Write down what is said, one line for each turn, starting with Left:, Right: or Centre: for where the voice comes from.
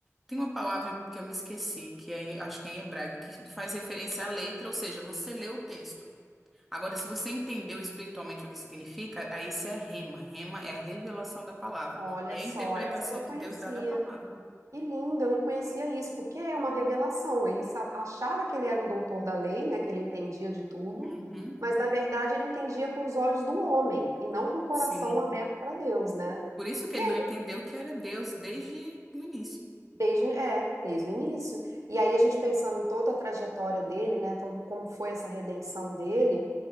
Centre: Tem uma palavra que eu me esqueci, que é, em- acho que é em hebraico, que faz referência à letra, ou seja, você lê o texto. Agora, se você entendeu espiritualmente o que significa, aí isso é rema. Rema é a revelação da palavra.
Right: olha
Centre: É
Right: só,
Centre: a interpretação
Right: essa eu não conhecia.
Centre: que Deus dá da palavra.
Right: Que lindo, eu não conhecia isso, porque é uma revelação. Ele sa- achava que ele era um doutor da lei, né, que ele entendia de tudo,
Centre: Uhum,
Right: mas na verdade ele entendia com os olhos do homem e não com o coração
Centre: sim.
Right: aberto para Deus, né?
Centre: Por isso que
Right: E
Centre: ele
Right: aí,
Centre: não entendeu que era Deus desde o início.
Right: desde, é, desde o início. E aí a gente pensando em toda a trajetória dele, né, todo como foi essa redenção dele,